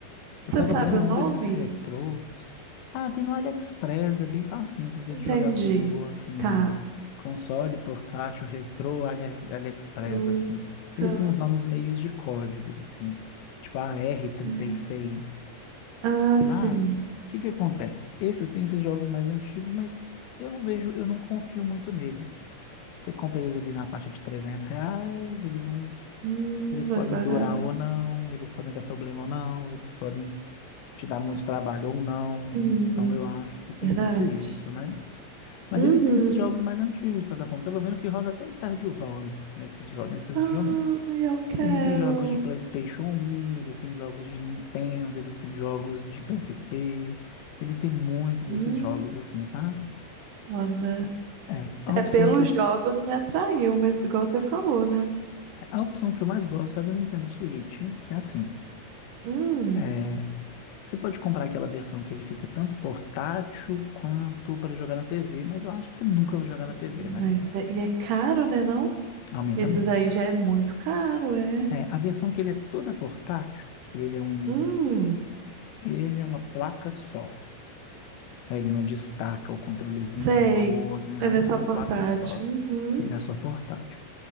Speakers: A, on the right (about 85°); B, on the left (about 85°).
A: você
B: eu tava
A: sabe
B: vendo
A: o nome?
B: um desses retrôs. Ah, tem no AliExpress, é bem facinho se você
A: Entendi.
B: jogar no Google, assim,
A: Tá.
B: é console, portátil, retrô, Ali, AliExpress,
A: Fruta,
B: assim. Eles têm uns nomes meios de códigos, assim, tipo a r trinta
A: né?
B: e seis
A: Ah,
B: Mas,
A: sim.
B: o que que acontece? Esses têm esses jogos mais antigos, mas eu não vejo, eu não confio muito neles. Você compra eles ali na faixa de 300 reais, eles não,
A: Hum,
B: eles
A: mais
B: podem
A: barato.
B: durar ou não, eles podem dar problema ou não, eles podem te dar muito trabalho ou não.
A: Sim.
B: Então eu acho que tem
A: Verdade?
B: muito isso, né? Mas
A: Uhum.
B: eles têm esses jogos mais antigos de plataforma. Eu tava vendo que roda até Stardew Valley nesses jogos, nesses
A: Ai,
B: joguinhos.
A: eu quero.
B: Eles têm jogos de PlayStation 1, eles têm jogos de Nintendo, eles têm jogos de PSP. Eles têm muito desses
A: Hum,
B: jogos assim, sabe?
A: olha.
B: É, a
A: É,
B: opção
A: pelos
B: que eu,
A: jogos me atraiu, mas igual você falou, né?
B: a opção que eu mais gosto é a do Nintendo Switch, que é assim,
A: Hum,
B: é, Você pode comprar aquela versão que ele fica tanto portátil quanto para jogar na TV, mas eu acho que você nunca vai jogar na TV,
A: mas
B: né?
A: é, e é caro, né, não?
B: Aumenta
A: Esses
B: muito.
A: aí já é muito caro, é.
B: É, a versão que ele é toda portátil, que ele é um,
A: Hum,
B: ele é uma placa só. Aí Ele não destaca o controlezinho
A: sei.
B: igual o outro, nem nada,
A: Ele é
B: ele
A: só
B: é uma
A: portátil.
B: placa só.
A: Uhum.
B: Ele é só portátil.